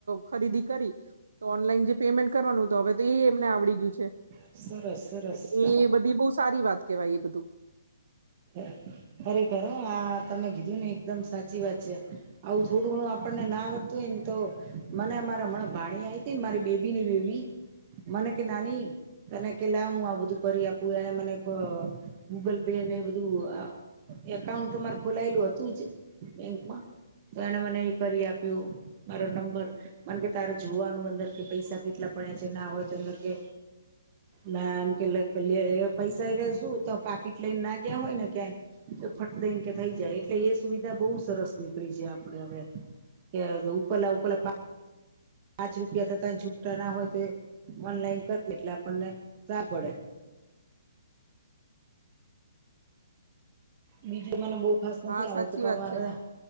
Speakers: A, on the right (about 65°); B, on the right (about 35°).
A: ખરીદી કરી તો ઓનલાઈન જે પેમેન્ટ કરવાનું હતું હવે તો એ એમને આવડી ગયું છે.
B: સરસ
A: <inaudible>
B: સરસ
A: એટલે બધી બહુ સારી વાત કેવાય એ બધું.
B: <inaudible> ખરેખર આ તમે કીધું ને એકદમ સાચી વાત છે આવું થોડું ઘણું આપણને ના આવડતું હોય ને તો મને મારા મને ભાણી આવી હતી ને મારી બેબી ની બેબી મને કે નાની તને કે લા હું આ બધું કરી આપું એને મને ક ગૂગલ પે ને એ બધ બધું આ એકાઉન્ટ તો મારે ખોલાયેલું હતુંજ બેંકમાં તો એને મને એ કરી આપ્યું મારો નંબર મને કે તારે જોવાનું અંદર કે પૈસા કેટલા પડ્યા છે ના હોય તો અંદર કે ના એમકે લે પેલા એ પૈસા લેશું તો પાકીટ લઈને નાખ ગયા હોયને ક્યાંય તો ફટ દઈને કે થઈ જાય એટલે એ સુવિધા બહુ સરસ નીકળી છે આપણે હવે કે ઉપરલા ઉપરલા પા પાંચ રૂપિયા થતાં છૂટા ના હોય તો એ ઓનલાઈન કરદે એટલે આપણને સા પડે બીજું મને બહુ ખાસ નથી
A: હા
B: આવડતું
A: સાચી
B: પણ
A: વાત
B: મારે
A: છે